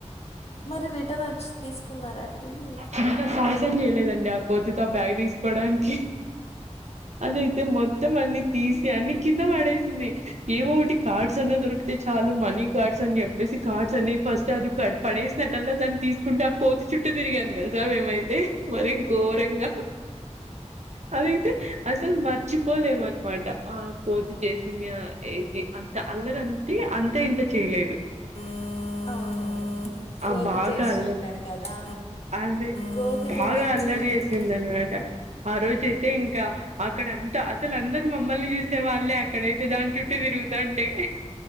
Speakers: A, on the left (about 55°); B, on the right (about 70°).
A: మరి రిటర్న్ వచ్చి తీసుకున్నారా అండి ఇది
B: చిన్న సాహసం చేయలేదండి ఆ కోతితో బ్యాగ్ తీసుకోడానికి అదైతే మొత్తం అన్ని తీసి అన్ని కింద పడేసింది ఏమో ఒకటి కార్డ్స్ అనే దొరికితే చాలా మనీ కార్డ్స్ అని చెప్పేసి కార్డ్స్ అని ఫస్ట్ అది పడేసినట్ల్లా దాన్ని తీసుకుంటే కోతి చుట్టూ తిరిగి తిరిగాం తెలుసా మేమైతే మరి ఘోరంగా అదైతే మర్చిపోలేఅన్నమాట ఆ కోతి చేసంది ఇది అంత అల్లర అంటే అంతా ఇంత చేయలేదు
A: ఆ అవును కోతి
B: ఆ బాగా
A: చేష్టలు
B: అల్లరి
A: అంటారు కదా
B: అదే
A: కోతితో
B: బాగా
A: మంచి
B: అల్లరి
A: అయింది
B: చేసిందనమాట ఆ రోజ అయితే ఇంకా అక్కడ అంతా అసలు అందరు మా మమ్మల్ని చూసే వాళ్ళే అక్కడైతే దాని చుట్టూ తిరుగుతా అంటే